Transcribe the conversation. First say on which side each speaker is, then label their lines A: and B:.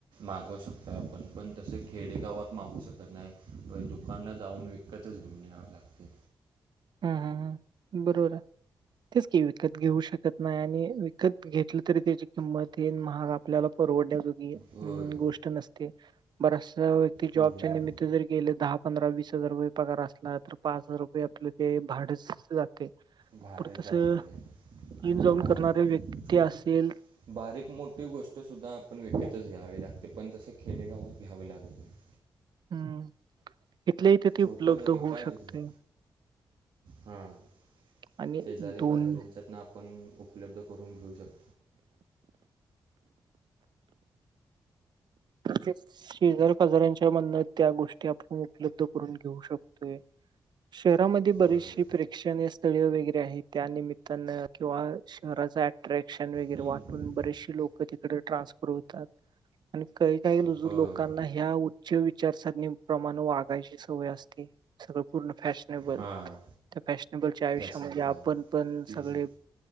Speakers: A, on the right (about 75°); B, on the right (about 60°).
A: मागू शकतो आपण, पण तसं खेडेगावात मागू शकत नाही, बर दुकानला जाऊन विक विकतच घेऊन याला लागतय.
B: हम्म हं हं हं, बरोबर आय, तेच कि विकत घेऊ शकत नाही, आणी विकत घेतलं तरी त्याची किंमत येन महाग आपल्याला परवडण्या जोगी ही
A: होय
B: गोष्ट नसते, बरसं व्यक्ती
A: होय
B: जॉबच्या निमित्त जर गेलं दहा पंधरा वीस हजार रुपये पगार असला, तर पाच हजार रुपय आपले ते भाडच जातय.
A: भाडं
B: परत तसं,
A: जातं आहे आणि
B: ईऊन जाऊन
A: काय
B: करणारे व्यक्ती
A: छोटी
B: असेल
A: बारीक मोटी गोष्ट सुद्धा आपण विकतच घ्यावी लागते, पण तसं खेडेगावात घ्यावि लागत नाही.
B: हम्म, इथल्या इथं ती
A: छोटं
B: उपलब्ध
A: जरी
B: हू
A: काय जरी
B: शकतय.
A: हां,
B: आणि
A: शेजारी
B: दोन
A: पाजऱ्यांच्यातन आप आपण उपलब्ध करून घेऊ शक
B: तेच शेजारी पाजाऱ्यांच्या म्हणण्यात त्या गोष्टी आपण उपलब्ध करून घेऊ शकतोय. शहरा मध्ये बरीचशी
A: होय
B: प्रेक्षणीय स्थळे वगैरे आहेत, त्यानिमित्तानं किंवा शहराचं अट्रॅक्शन वगैरे
A: हम्म
B: वाटून बरेचसे लोकं तिकडं ट्रान्सफर होतात. आणि काही काही रुजू
A: होय
B: लोकांना ह्या उच्च विचारसरणी प्रमाणं वागायची सवय असते. सगळं पूर्ण फॅशनेबल,
A: हां
B: त्या फॅशनेबलच्या आयुष्यामध्ये
A: फॅशनेबल
B: आपण पण
A: ती
B: सगळे
A: सी